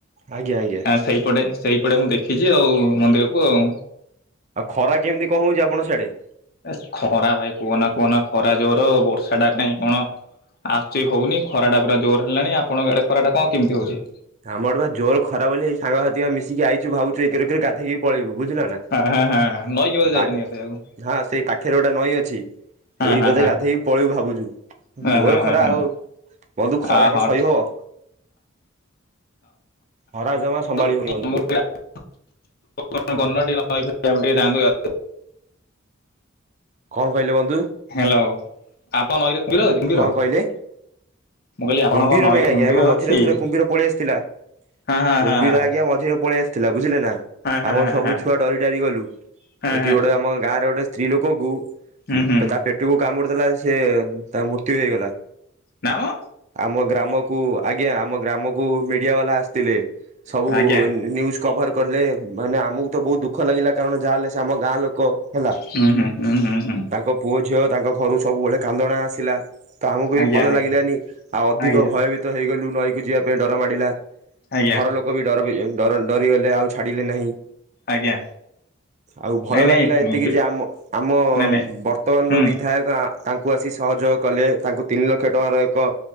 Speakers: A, on the right (about 35°); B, on the left (about 50°).
A: ଆଜ୍ଞା ଆଜ୍ଞା
B: ସେଇପଟେ ସେହିପଟେ ମୁଁ ଦେଖିଛି ଆଉ ମନ୍ଦିରକୁ ଆଉ
A: ଆଉ ଖରା କେମିତି କଣ ହଉଛି ଆପଣ ସିଆଡେ
B: ଏ ଖରା ଭାଇ କୁହନା କୁହନା ଖରା ଜୋର ବର୍ଷା ଟା କାହିଁ କଣ ଆସୁଛି ହଉନି ଖରାଟା ପୁରା ଜୋର ହେଲାଣି ଆପଣଙ୍କ ଆଡ଼େ ଖରାଟା କଣ କେମିତି ହଉଛି
A: ଆମର ବା ଜୋର ଖରା ବୋଲି ସାଙ୍ଗ ସାଥି ମିଶି ଆଇଛୁ ଭୁ ଏକରେ ଗାଧେଇକି ପଳେଇବୁ ବୁଝିଲା ନା-
B: ନଈକି
A: ହଁ
B: ଯାଇଛନ୍ତି ଗାଧେଇବାକୁ
A: ସେଇ ପାଖରେ ଗୋଟେ ନଈ ଅଛି।
B: ହଁ
A: ଏଇଠି
B: ହଁ
A: ବୋଧେ ଗାଧେଇକି ପଳେଇବୁ ଭାବୁଛୁ
B: ହଁ
A: ଜୋର
B: ହଁ
A: ଖରା
B: ହଁ ହଁ ଠିକ।
A: ଆଉ ବନ୍ଧୁ ଖରାକ
B: ହଁ ଆ ହଉ
A: ସହି
B: ଠିକ୍
A: ହବ ଖରା ଜମା
B: <unintelligible>
A: ସମ୍ଭାଳି ହଉନି ବନ୍ଧୁ କଣ କହିଲେ ବନ୍ଧୁ?
B: ହ୍ୟାଲୋ ଆପଣ ନଈରେ କୁମ୍ଭୀର ଅଛି କୁମ୍ଭୀର
A: କଣ କହିଲେ
B: ମୁଁ କହିଲି ଆପଣଙ୍କ
A: କୁମ୍ଭୀର
B: ନଈରେ
A: ନାଇଁ
B: କୁମ୍ଭୀର
A: ଆଜ୍ଞା ଆମେ ମଝିରେ
B: ଅଛି
A: ଥରେ କୁମ୍ଭୀର ପଳେଇ ଆସିଥିଲା।
B: ହଁ ହଁ
A: କୁମ୍ଭୀର
B: ହଁ ହଁ
A: ଆଜ୍ଞା ମଝିରେ ପଳେଇ ଆସ ଥିଲା ବୁଝିଲେ ନା
B: ହଁ
A: ଆମର
B: ହଁ
A: ସବୁ
B: ହଁ
A: ଛୁଆ ଡରିଡ଼ାରି ଗଲୁ
B: ହଁ
A: ଏଠି
B: ହଁ
A: ଗୋଟେ ଆମ ଗାଁରେ ଗୋଟେ ସ୍ତ୍ରୀ ଲୋକଙ୍କୁ
B: ହୁଁ ହୁଁ
A: ତା ପେଟକୁ କାମୁଡି ଦେଲା ସେ ତା ମୃତ୍ୟୁ ହେଇଗଲା।
B: ନା ମ।
A: ଆମ ଗ୍ରାମକୁ ଆଜ୍ଞା ଆମ ଗ୍ରାମକୁ ମିଡିଆ ବାଲା ଆସିଥିଲେ। ସବୁ
B: ଆଜ୍ଞା
A: ନ୍ୟୁଜ୍ କଭର୍ କଲେ ମାନେ ଆମକୁ ତ ବହୁତ ଦୁଃଖ ଲାଗିଲା କାରଣ ଯାହାହେଲେ ସେ ଆମ ଗାଁ ଲୋକ। ହେଲା
B: ହୁଁ ହୁଁ ହୁଁ ହୁଁ ହୁଁ
A: ତାଙ୍କ ପୁଅ ଝିଅ ତାଙ୍କ ଘରୁ ସବୁବେଳେ କାନ୍ଦଣା ଆସିଲା। ତ ଆମକୁ ବି
B: ଆଜ୍ଞା
A: ଭଲ
B: ଆଜ୍ଞା
A: ଲାଗିଲାନି ଆଉ ଅଧିକ
B: ଆଜ୍ଞା
A: ଭୟଭୀତ ହେଇଗଲୁ ନଈ କି ଯିବା ପାଇଁ ଡର ମାଡ଼ିଲା।
B: ଆଜ୍ଞା
A: ଘର ଲୋକ ବି ଡର ବି ଡର ଡରିଗଲେ ଆଉ ଛାଡିଲେ ନାହିଁ।
B: ଆଜ୍ଞା।
A: ଆଉ ଭଲ
B: ନାଇଁ ନାଇଁ
A: ଲାଗିଲା
B: କୁମ୍ଭୀର
A: ଏତିକି ଯେ ଆମ ଆମ
B: ନାଇଁ ନାଇଁ
A: ବର୍ତ୍ତମାନର
B: ହୁଁ
A: ବିଧାୟକ। ତାଙ୍କୁ ଆସି ସହଯୋଗ କଲେ ତାଙ୍କୁ ତିନିିଲକ୍ଷ ଟଙ୍କାର ଏକ